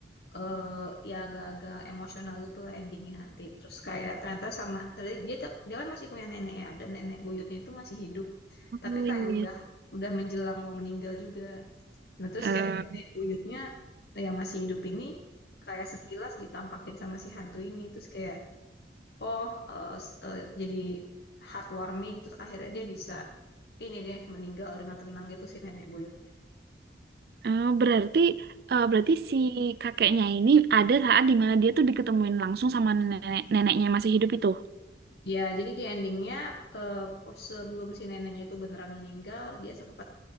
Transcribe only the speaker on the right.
Oh
iya.
Eh,
Oh, berarti eh, berarti si kakeknya ini ada saat di mana dia tuh diketemuin langsung sama nenek neneknya masih hidup itu.